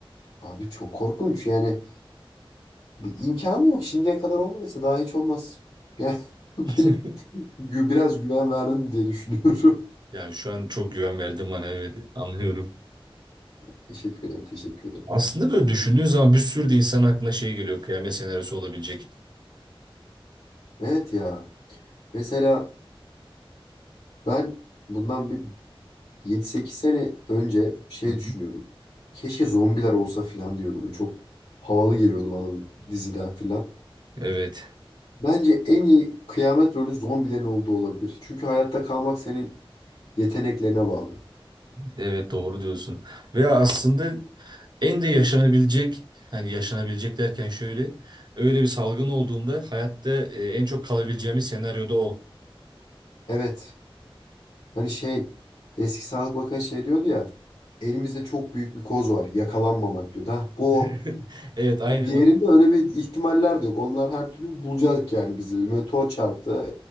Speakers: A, on the left; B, on the right.
A: Abi çok korkunç yani Bir imkanı yok. Şimdiye kadar olmadıysa daha hiç olmaz. Yani <laughs> benim
B: <laughs>
A: gü- biraz güven verdim diye düşünüyorum.
B: Ya şu an çok güven verdim bana evet anlıyorum.
A: <laughs> Teşekkür ederim, teşekkür ederim.
B: Aslında böyle düşündüğün zaman bir sürü de insan aklına şey geliyor kıyamet senaryosu olabilecek.
A: Evet ya. Mesela ben bundan bir yedi sekiz sene önce şey
B: Hı hı.
A: düşünüyordum. Keşke zombiler olsa filan diyordum. Böyle çok havalı geliyordu bana bu diziden filan.
B: Evet.
A: Bence en iyi kıyamet rolü zombilerin olduğu olabilir. Çünkü hayatta kalmak senin yeteneklerine bağlı.
B: Evet doğru diyorsun. Ve aslında en de yaşanabilecek hani yaşanabilecek derken şöyle öyle bir salgın olduğunda hayatta e, en çok kalabileceğimiz senaryoda o.
A: Evet. Hani şey eski Sağlık Bakanı şey diyordu ya. Elimizde çok büyük bir koz var. Yakalanmamak diyor. Ha, bu
B: <laughs>
A: o.
B: Evet aynen.
A: Hani Diğerinde
B: o.
A: öyle bir ihtimaller de yok. Onlar her türlü bulacak yani bizi. Meteor çarptı.